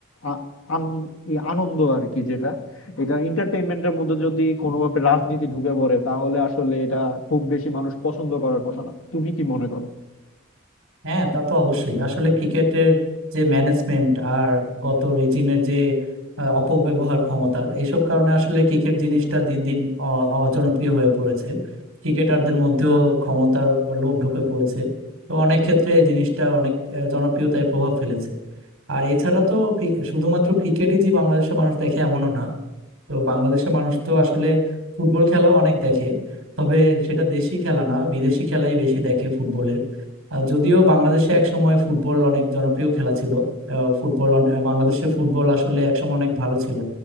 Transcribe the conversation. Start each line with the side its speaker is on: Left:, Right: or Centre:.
Left: আ- আন- ই- আনন্দ আর কি যেটা এটা এন্টারটেইনমেন্টের মধ্যে যদি কোনোভাবে রাজনীতি ঢুকে পড়ে তাহলে আসলে এটা খুব বেশি মানুষ পছন্দ করার কথা না তুমি কি মনে করো
Right: হ্যাঁ তা তো অবশ্যই আসলে ক্রিকেটের যে ম্যানেজমেন্ট আর গত রেজিমের যে আহ, অপব্যবহার ক্ষমতার এইসব কারণে আসলে ক্রিকেট জিনিসটা দিন দিন অ- অজনপ্রিয় হয়ে পড়েছে ক্রিকেটারদের মধ্যেও ক্ষমতার লোভ ঢুকে পড়েছে তো অনেক ক্ষেত্রে এই জিনিসটা অনেক আহ, জনপ্রিয়তায় প্রভাব ফেলেছে আর এছাড়া তো ক্রি- শুধুমাত্র ক্রিকেটই যে বাংলাদেশের মানুষ দেখে এমনও না তো বাংলাদেশের মানুষ তো আসলে ফুটবল খেলাও অনেক দেখে তবে সেটা দেশি খেলা না বিদেশি খেলাই বেশি দেখে ফুটবলের আহ, যদিও বাংলাদেশে একসময় ফুটবল অনেক জনপ্রিয় খেলা ছিল আহ, ফুটবল অন- আহ, বাংলাদেশের ফুটবল আসলে একসময় অনেক ভালো ছিল